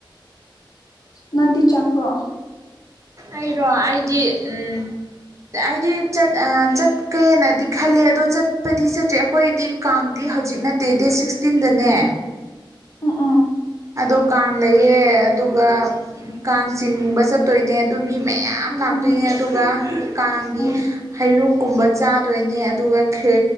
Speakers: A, on the left; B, on the right.
A: ꯅꯟ ꯆꯥꯄ꯭ꯔꯣ
B: ꯑꯩꯔꯣ ꯑꯩꯗꯤ ꯎꯝ ꯑꯩꯗꯤꯠ ꯆꯠꯀꯦꯅꯗꯤ ꯈꯜꯂꯦ ꯑꯗꯣ ꯆꯠꯄꯗꯤ ꯆꯠꯇ꯭ꯔꯦ ꯑꯩꯈꯣꯏꯗꯤ ꯀꯥꯡꯗꯤ ꯑꯩ ꯍꯧꯖꯤꯛ ꯅꯠꯇꯦ ꯗꯦꯠ ꯁꯤꯛꯁꯇꯤꯟꯗꯅꯦ
A: ꯑ ꯑꯥ
B: ꯑꯗꯣ ꯀꯥꯡ ꯂꯩꯌꯦ ꯑꯗꯨꯒ ꯀꯥꯡ ꯆꯤꯡꯕ ꯆꯠꯇꯣꯏꯅꯦ ꯑꯗꯨ ꯃꯤ ꯃꯌꯥꯝ ꯂꯥꯛꯇꯣꯏꯅꯦ
A: ꯎꯝ
B: ꯑꯗꯨꯒ ꯀꯥꯡꯒꯤ
A: ꯎꯝ
B: ꯍꯩꯔꯨꯛꯀꯨꯝꯕ ꯆꯥꯗꯣꯏꯅꯦ ꯑꯗꯨꯒ ꯈꯦ